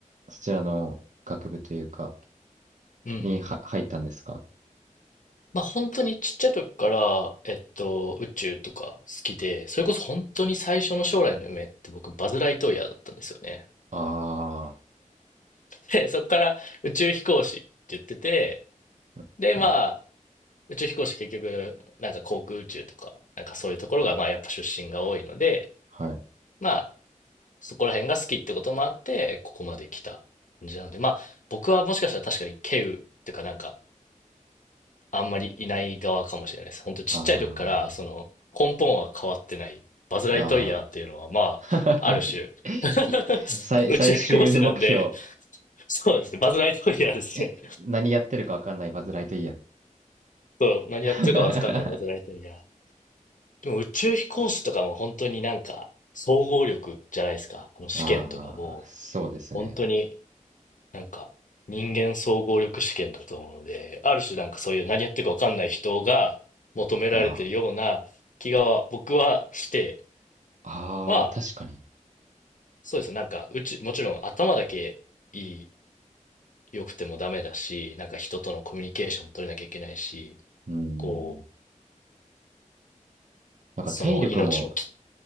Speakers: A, on the right; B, on the left.
A: そちらの学部というか、
B: うんうんうん。
A: には入ったんですか
B: まあ本当にちっちゃい時から、えっと、宇宙とか好きで、それこそ本当に最初の将来の夢って僕、バズ・ライトイヤーだったんですよね。
A: ああ
B: で、そこから宇宙飛行士って言ってて、
A: ー、
B: で、まあ、
A: はい、
B: 宇宙飛行士結局、なんか航空宇宙とか、なんかそういうところが、まあやっぱ出身が多いので、
A: はい。
B: まあ、そこら辺が好きってこともあって、ここまで来た感じなので、まあ、僕はもしかしたら確かに稀有っていうかなんか、あんまりいない側かもしれないです。本当ちっちゃい時から、
A: あ
B: その、根本は変わってない、バズ・ライトイヤーっていうのは、
A: あ、
B: まあ、
A: ああ。
B: ある種
A: <laughs> いい最、
B: <laughs> 宇宙飛行士なんで、
A: 最終目標。
B: そうですね、バズ・ライトイヤーですね。
A: え、何やってるかわかんないバズライトイヤー。
B: そう、何やってるかわかんないバズ・
A: <laughs>
B: ライトイヤー。でも宇宙飛行士とかも本当になんか、総合力じゃないですか。あの試験とかも、
A: ああ、そうですね。
B: 本当になんか、人間総合力試験だと思うので、ある種なんかそういう何やってるかわかんない人が求められてるような気が僕はして、
A: ああ、
B: まあ、
A: ああ、確かに。
B: そうですね。なんか、うち、もちろん頭だけいい、良くてもダメだし、なんか人とのコミュニケーションも取れなきゃいけないし、
A: うん。
B: こう、
A: なんか体力も、
B: その命のき、